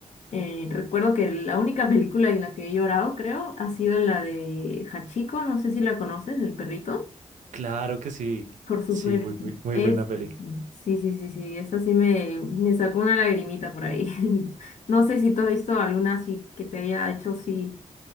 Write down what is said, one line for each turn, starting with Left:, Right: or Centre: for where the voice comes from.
Left: eh, recuerdo que la única <laughs> película en la que he llorado, creo, ha sido en la de Hachiko, no sé si la conoces, del perrito.
Right: Claro que sí.
Left: Por supuesto.
Right: Sí, muy, muy, muy
Left: Es,
Right: buena peli.
Left: sí, sí, sí, sí, esa sí me, me sacó una lagrimita por ahí. <laughs> No sé si tú has visto alguna así que te haya hecho así